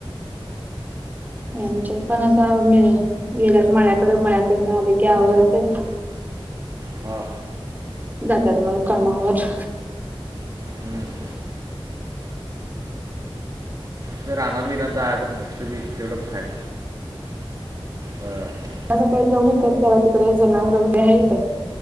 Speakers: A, on the right; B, on the right.
A: यांच्यात पण आता गेलात माळ्याकड मळ्याकडन आले की आवरते
B: हा
A: जातात मग कामावर
B: हम्म. तर राहना बना आ मस्त बी तेवढं बाहेर हं
A: त्या सकाळी जाऊन येतात ज तिकडे जनावर वगैरे हयात